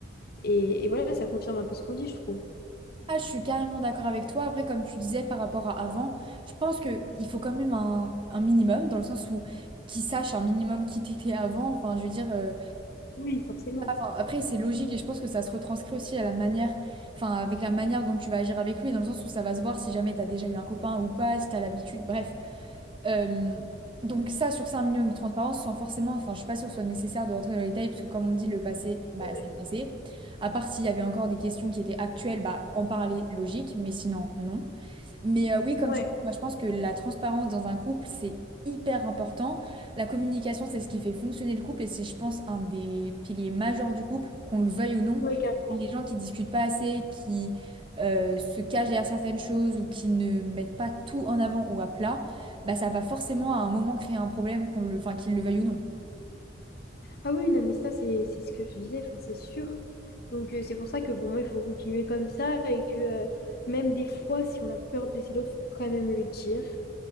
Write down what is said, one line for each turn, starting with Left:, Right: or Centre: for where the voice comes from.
Left: et, et voilà, ça confirme un peu ce qu'on dit, je trouve.
Right: Ah, je suis carrément d'accord avec toi. Après, comme tu disais par rapport à avant, je pense que il faut quand même un, un minimum dans le sens où qui sache un minimum qui t'étais avant. Enfin, je veux dire. euh,
Left: Oui, Forcément.
Right: Enfin, après, c'est logique et je pense que ça se retranscrit aussi à la manière, enfin, avec la manière dont tu vas agir avec lui, dans le sens où ça va se voir si jamais tu as déjà eu un copain ou pas, si tu as l'habitude, bref. Euh, donc ça, sur ça, un minimum de transparence, sans forcément, enfin, je suis pas sûre que ce soit nécessaire de rentrer dans les détails, parce que comme on dit, le passé, bah,
Left: Ouais,
Right: c'est le passé. À part s'il y avait encore des questions qui étaient actuelles, bah, en parler, logique, mais sinon, non. Mais euh, oui, comme
Left: ouais,
Right: tu dis, moi je pense que la transparence dans un couple, c'est hyper important. La communication, c'est ce qui fait fonctionner le couple et c'est, je pense, un des piliers majeurs du couple, qu'on le veuille ou non.
Left: ouais, carrément.
Right: Et les gens qui discutent pas assez, qui euh, se cachent derrière certaines choses ou qui ne mettent pas tout en avant ou à plat, bah ça va forcément à un moment créer un problème, qu'on le, enfin, qu'ils le veuillent ou non.
Left: Ah oui, non, mais ça, c'est, c'est ce que je te disais, enfin, c'est sûr. Donc, euh, c'est pour ça que pour moi, il faut continuer comme ça, et que euh, même des fois, si on a peur de blesser l'autre, faut quand même le dire.